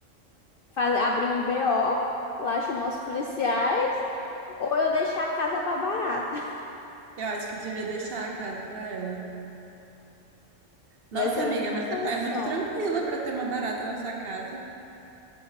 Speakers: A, on the left; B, on the right.
A: faz, abrir um BO, lá chamar os policiais, ou eu deixar a casa pra barata. <laughs>
B: Eu acho que devia deixar a casa pra ela. Nossa,
A: Vai ser a
B: amiga,
A: única
B: mas
A: solução.
B: você tá muito tranquila pra ter uma barata na sua casa.